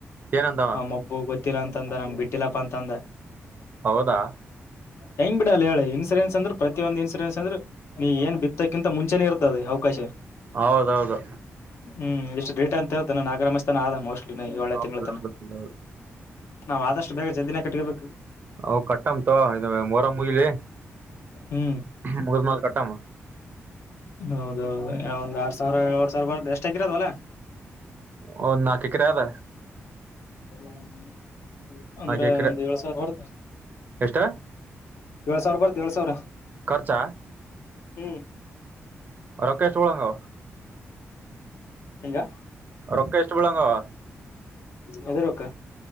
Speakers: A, on the right; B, on the left.
A: ಏನಂದವ
B: ಅವಮ್ಮಬ್ಬು ಗೊತ್ತಿಲ್ಲ ಅಂತಂದ ನಮ್ ಬಿಟ್ಟಿಲ್ಲಪ್ಪಾ ಅಂತಂದ
A: ಹೌದಾ
B: ಹೆಂಗ್ ಬಿಡಲ್ಲ ಹೇಳ ಇನ್ಸೂರೆನ್ಸ್ ಅಂದ್ರ ಪ್ರತಿಯೊಂದು ಇನ್ಸೂರೆನ್ ಅಂದ್ರೆ ನೀ ಏನ್ ಬಿತ್ತಕ್ಕಿಂತ ಮುಂಚೆ ಇ ಇರ್ತಾತಿ ಅವಕಾಶ
A: ಹೌದೌದು
B: ಹೂ ಞ ಎಷ್ಟು ೇಟ್ ಅಂತ ಹೇಳ್ದು ನಾಗರಮಾಸಿ ಆದ ಮೋಸ್ಟ್ಲಿ ಏಳೇ
A: ಹೌದೌದು
B: ತಿಂಗಳ ತನ ನಾವ್ ಆದಷ್ಟು ಬೇಗ ಜಲ್ದಿನ ಕಟ್ಕಬೇಕು
A: ಅವು ಕಟ್ಟಂ ತಗೋ ಇ ಮೋರಂ ಮುಗಿಲಿ
B: ಹ್ಮ್
A: ಮುಗ್ಡ್ಮೇಲೆ ಕಟ್ಟಾಮ
B: ಹೌದೌದು ಒಂದ್ ಆರ್ ಸಾವಿರ ಏಳ ಡ್ ಸಾವಿರ ಬರುತ ಎಷ್ಟಾ ಎಕರೆ ಆದ ಹೊಲ
A: ಹೌದು ನಾಕ್ ಎಕರೆ ಆದ
B: ಹ ಅಂದ್ರೆ
A: ಎಕರೆ
B: ಒಂದ್ ಏಳ್ ಸಾವಿರ ಬರ್ತ್
A: ಎಷ್ಟ
B: ಏಳ್ ಸಾವಿರ ಬರ್ತ್ ಏಳ್ ಸಾವಿರ
A: ಖರ್ಚಾ
B: ಹೂ ಹೂ
A: ರೊಕ್ಕ ಎಷ್ಟು ಬೀಳಂಗವ
B: ಈಗ
A: ರೊಕ್ಕ ಎಷ್ಟು ಬೀಳಂಗವ
B: ಹೇಡ್ರು ರೊಕ್ಕ